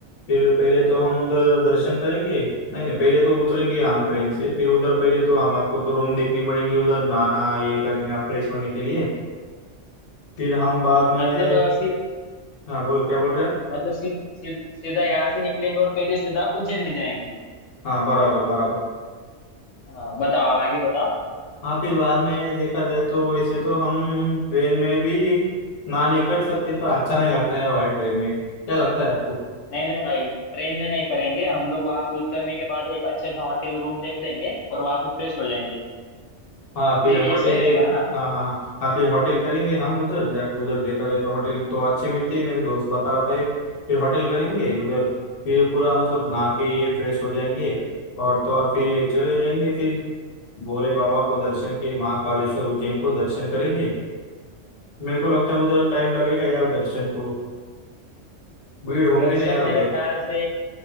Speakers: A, on the left (about 45°); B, on the left (about 85°).
A: फिर पहले तो हम उधर दर्शन करेंगे नहीं नहीं पहले तो उतरेंगे हम ट्रेन से फिर उधर पहले तो हमारे को तो रूम देखनी पड़ेंगे उधर नहाना ये करना फ्रेश होने के लिए फिर हम बाद में
B: मतलब अ, सी,
A: हाँ बोलो क्या बोल रहे हैं आप
B: मतलब सी, सी, सीधा यहाँ से निकलेंगे और पहले सीधा उज्जैन में जाएंगे
A: हाँ बराबर बराबर
B: हाँ बताओ आप आगे बताओ
A: हाँ फिर बाद में देखा जाए तो वैसे तो हम ट्रेन में भी ना नहीं कर सकते पर अच्छा नहीं लगता यार भाई ट्रेन में क्या लगता है आपको
B: नहीं नहीं भाई ट्रेन में नहीं करेंगे हम लोग वहां पे उतरने के बाद एक अच्छे सा होटल रूम देख लेंगे और वहां पे फ्रेश हो जाएंगे
A: हाँ फिर
B: ये
A: होटल
B: ये सही
A: ये
B: रहेगा ना
A: हाँ हाँ हाँ हाँ फिर होटल करेंगे हम उधर जाके उधर देखा जाए तो होटल तो अच्छे मिलते हैं मेरे दोस्त बता रहा था एक फिर होटल करेंगे उधर फिर पूरा मतलब नहा के ये फ्रेश हो जाएंगे और तो और फिर चले जाएंगे फिर भोले बाबा को दर्शन के महाकालेश्वर उज्जैन को दर्शन करेंगे मेरे को लगता है उधर टाइम लगेगा यार दर्शन को भीड़ होंगी
B: दर्शन
A: ना यार
B: मेरे
A: उधर
B: ख्याल से